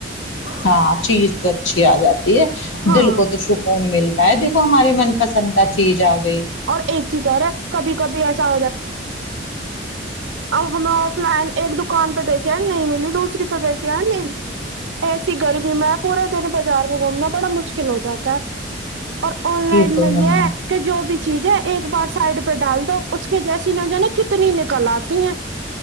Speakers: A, on the left; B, on the right.
A: ہاں ہاں چیز تو اچھی آ جاتی ہے
B: ہاں
A: دل کو تو سکون مل ہے دیکو ہمارے من پسند کا چیز آ گئی
B: اور ایک چیز اور ہے کبھی کبھی ایسا ا ہم نےاف لائن ایک دکان پہ دیکھے نہیں ملی دوسری پہ دیکھے ہیں نہیں ایسی گر بی میں پورے بازار میں گھومنا بڑا مشکل ہو جاتا ہے اور آن لائن
A: تو
B: میں یہ
A: ہے نا
B: کہ جو بھی چیز ہے ایک بار سائڈ پہ ڈال دو اس کے جیسی نہ جا نے کتنی نکل آتی ہیں